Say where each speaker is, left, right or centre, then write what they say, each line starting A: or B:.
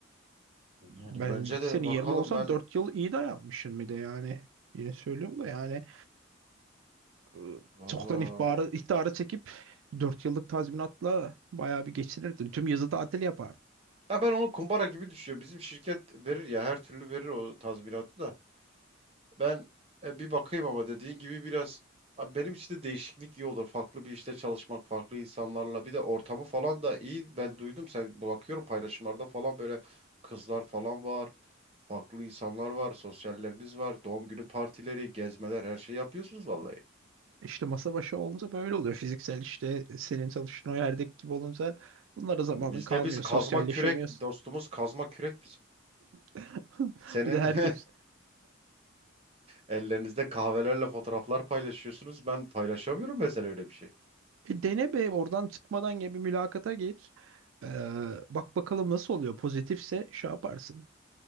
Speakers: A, on the right (about 30°); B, on the right (about 70°).
A: Yani
B: ben
A: bence
B: senin
A: de bakalım
B: yerinde olsam
A: ben
B: 4 yıl iyi dayanmışım bir de yani. Yine söylüyorum da yani e,
A: valla.
B: çoktan ihbarı, ihtara çekip 4 yıllık tazminatla bayağı bir geçinirdin. Tüm yazı tatil yapardın.
A: Ya ben onu kumbara gibi düşüyor. Bizim şirket verir ya her türlü verir o tazminatı da. Ben e, bir bakayım ama dediğin gibi biraz Abi benim için de değişiklik iyi olur. Farklı bir işte çalışmak, farklı insanlarla. Bir de ortamı falan da iyi. Ben duydum sen bakıyorum paylaşımlarda falan böyle kızlar falan var. Farklı insanlar var. Sosyalleriniz var. Doğum günü partileri, gezmeler her şeyi yapıyorsunuz vallahi.
B: İşte masa başı olunca böyle oluyor. Fiziksel işte senin çalıştığın o yerdeki gibi olunca bunlara zamanın
A: Bizde
B: kalmıyor.
A: biz kazma
B: Sosyalleşemiyorsun.
A: kürek dostumuz kazma kürek bizim.
B: <laughs>
A: Senin
B: Bir de herkes
A: <laughs> ellerinizde kahvelerle fotoğraflar paylaşıyorsunuz. Ben paylaşamıyorum mesela öyle bir şey.
B: E, dene be oradan çıkmadan gibi bir mülakata gir. Ee, bak bakalım nasıl oluyor. Pozitifse şey yaparsın.